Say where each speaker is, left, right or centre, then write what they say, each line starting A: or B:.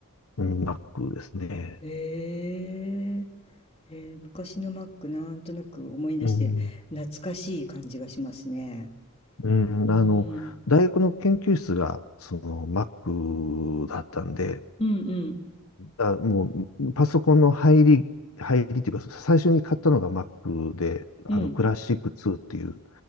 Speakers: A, on the left (about 75°); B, on the left (about 25°).
A: うん、Mac ですね。
B: ーいえー、えー昔の Mac なんとなく思い出して懐かしい感じがしますね。
A: うん。うん、
B: うーん。
A: あの、大学の研究室が、その、Mac だったんで、
B: うんうん。
A: あ、もう、パソコンの入り、入りっていうか、最初に買ったのが Mac で、あの、
B: うん。
A: クラシック2っていう、